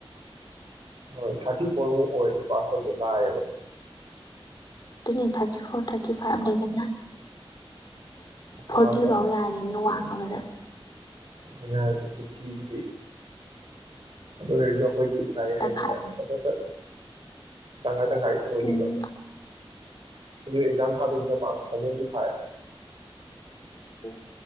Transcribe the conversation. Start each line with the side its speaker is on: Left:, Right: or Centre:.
Right: ꯍꯣꯏ ꯊꯥꯔꯇꯤ ꯐꯣꯔ ꯐꯨ ꯑꯣꯏꯔꯗꯤ ꯄꯥꯁ ꯇꯧꯕꯗꯨ ꯂꯥꯛꯌꯦꯕ
Left: ꯑꯗꯨꯅꯦ ꯊꯥꯔꯇꯤ ꯐꯣꯔ ꯊꯥꯔꯇꯤ ꯐꯥꯏꯚ ꯂꯩꯗꯅ ꯐꯣꯔꯇꯤ
Right: ꯃꯥꯔꯛ
Left: ꯐꯥꯎ ꯌꯥꯔꯦꯅꯦ ꯋꯥꯟ <unintelligible>
Right: ꯑꯗꯨꯅꯤ ꯍꯥꯏꯁꯦ ꯒꯤꯕꯇꯤꯗꯤ ꯑꯗꯨ ꯑꯣꯏꯔꯁꯨ ꯑꯩꯈꯣꯏꯗꯤ ꯂꯥꯏꯔꯤꯛ
Left: ꯇꯪꯈꯥꯏ
Right: ꯍꯥꯏꯅꯤꯅ ꯁꯇ꯭ ꯁꯠ ꯁꯠ ꯇꯉꯥꯏ <unintelligible> <unintelligible> ꯑꯣꯏꯔꯤꯕ
Left: ꯎꯝ
Right: ꯑꯗꯨ ꯑꯦꯛꯖꯥꯝ ꯊꯥꯗꯣꯏꯁꯤꯅ ꯃꯥꯛ ꯁꯚꯦꯟꯇꯤ ꯐꯥꯏꯚ
Left: ꯎ